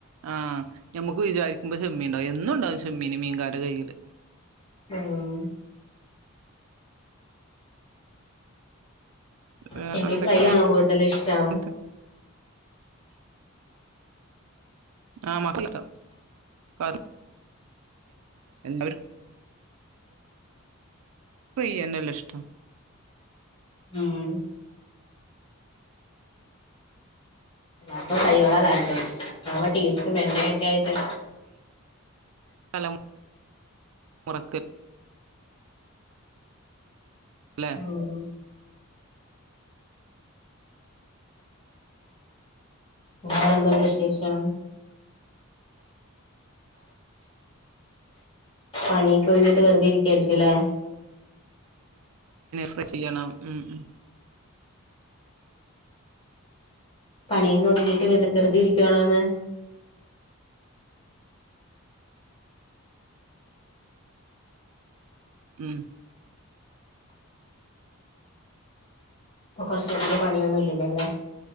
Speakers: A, on the right; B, on the left.
A: ആഹ് ഞമ്മക്ക് വിചാരിക്കുമ്പോ ചെമ്മീൻ ഉണ്ടാവും എന്നുണ്ടാവും ചെമ്മീന് മീൻകാരെ കയ്യില്
B: ആഹ്
A: വേറെ
B: ചെമ്മിൻ
A: എന്തൊക്കെയാ
B: ഫ്രൈ ആണോ കൂടുതലിഷ്ടം
A: എന്നിട്ട് ആഹ് മക്ക <unintelligible> എല്ലാരും ഫ്രൈയനലേ ഇഷ്ടം
B: ഉം അപ്പ ഫ്രൈയ്യോടാ താല്പര്യം ആ <unintelligible> യൊക്കെ ആയിട്ട്
A: തല മുറക്ക് പല്ലെ
B: ഉം അ എന്തുണ്ട് വിശേഷം പണിയൊക്ക ഒഴിഞ്ഞിട്ട് വെറുതെ ഇരിക്കായിരിക്കുംല്ലെ
A: ഇപ്പ ചെയ്യണം ഉം ഉം
B: പണിയെങ്ക ഒതുകിട്ട് വ വെറുതെ ഇരിക്കുവാണോന്ന്
A: ഉം
B: ഇപ്പൊ കൊറച്ചേരത്തിന് പണിയൊന്നുംല്ലല്ലേ അല്ലെ